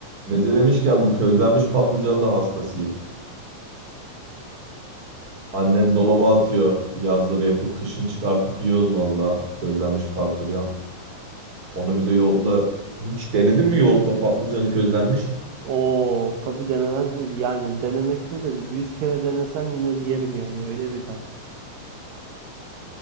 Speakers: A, on the right; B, on the right.
A: Meze demişken bu közlenmiş patlıcanın da hastasıyım. Annem dolaba atıyor yazları yapıp kışın çıkartıp yiyoruz valla közlenmiş patlıcan. Onu bir de yoğurtla hiç denedin mi yoğurtla patlıcanı közlenmiş?
B: Oo tabii denemez mi? Yani denemektedir. Yüz kere denesem yine de yerim yani. Öyle bir tat.